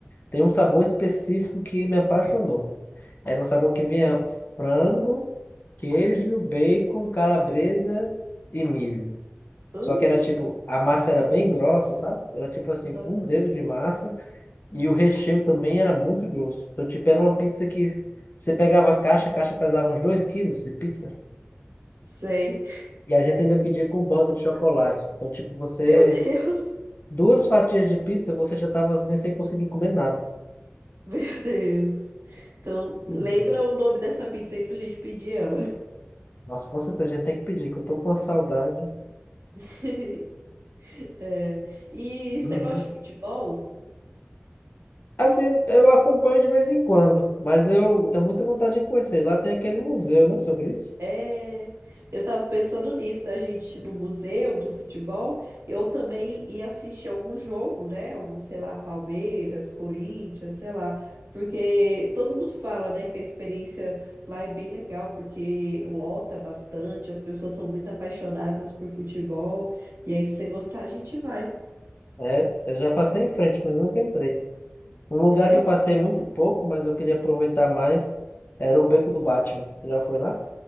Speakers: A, on the left (about 50°); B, on the right (about 75°).
A: Tem um sabor específico que me apaixonou. Era um sabor que vinha frango, queijo, bacon, calabresa e milho.
B: Hum,
A: Só que era tipo, a massa era bem grossa, sabe? Era tipo assim,
B: aham,
A: um dedo de massa e o recheio também era muito grosso. Então, tipo, era uma pizza que você pegava a caixa, a caixa pesava uns 2 quilos de pizza
B: sei.
A: e a gente ainda pedia com borda de chocolate. Então, tipo, você.
B: Meu Deus!
A: Duas fatias de pizza, você já tava assim, sem conseguir comer nada.
B: Meu Deus! Então,
A: Uhum.
B: lembra o nome dessa pizza aí pra gente pedir ela.
A: Nossa, com certeza a gente tem que pedir, que eu tô com uma saudade.
B: <laughs> É, E você
A: Uhum.
B: gosta de futebol?
A: Assim, eu acompanho de vez em quando, mas eu tenho muita vontade de conhecer. Lá tem aquele museu, né, sobre isso.
B: É, eu tava pensando nisso, da gente ir no museu do futebol, eu também ia assistir algum jogo, né? Algum, sei lá, Palmeiras, Corinthians, sei lá. Porque todo mundo fala, né, que a experiência lá é bem legal, porque lota bastante, as pessoas são muito apaixonadas por futebol, e aí se você gostar, a gente vai,
A: É, eu já passei em frente, mas nunca entrei. Um lugar
B: né?
A: que eu passei muito pouco, mas eu queria aproveitar mais, era o Beco do Batman. Você Já foi lá?